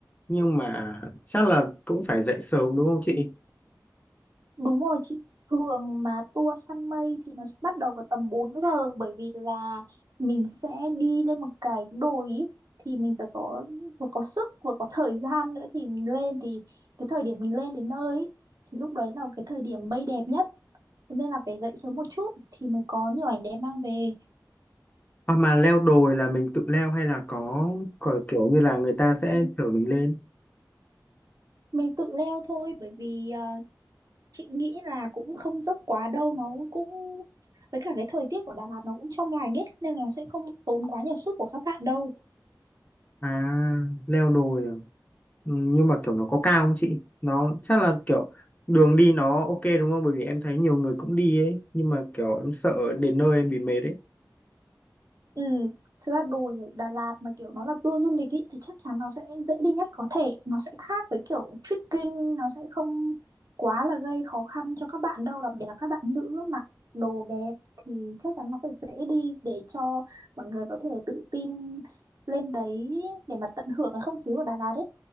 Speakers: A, on the left (about 25°); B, on the right (about 60°).
A: nhưng mà chắc là cũng phải dậy sớm đúng không chị
B: Đúng rồi chị. Thường mà tour săn mây thì nó sẽ bắt đầu vào tầm bốn giờ bởi vì là mình sẽ đi lên một cái đồi ý. Thì mình phải có vừa có sức vừa có thời gian nữa thì mình lên thì cái thời điểm mình lên đến nơi ý, thì lúc đấy là cái thời điểm mây đẹp nhất Thế nên là phải dậy sớm một chút thì mới có nhiều ảnh đẹp mang về
A: Hoặc mà leo đồi là mình tự leo hay là có, có kiểu như là người ta
B: mình
A: sẽ chở mình lên?
B: mình tự leo thôi bởi vì ờ, chị nghĩ là cũng không dốc quá đâu nó cũng với cả cái thời tiết của Đà Lạt nó cũng trong lành ấy nên là sẽ không tốn quá nhiều sức của các bạn đâu
A: À, leo đồi à? Ừ, Nhưng mà kiểu nó có cao không chị? Nó chắc là kiểu đường đi nó ok đúng không? Bởi vì em thấy nhiều người cũng đi ấy. Nhưng mà kiểu em sợ đến nơi em bị mệt ấy.
B: Ừ, thực ra đồi ở Đà Lạt mà kiểu nó là tour du lịch ý, thì chắc chắn nó sẽ dễ đi nhất có thể. Nó sẽ khác với kiểu trekking, nó sẽ không quá là gây khó khăn cho các bạn đâu. Đặc biệt là các bạn nữ mặc đồ đẹp thì chắc chắn nó phải dễ đi để cho mọi người có thể tự tin lên đấy để mà tận hưởng cái không khí của Đà Lạt ấy.